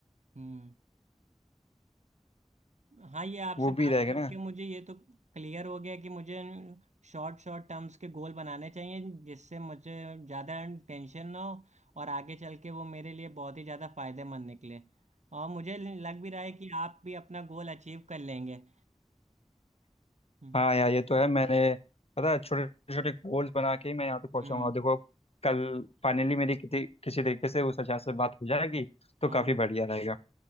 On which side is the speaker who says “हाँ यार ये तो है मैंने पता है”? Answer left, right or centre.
Left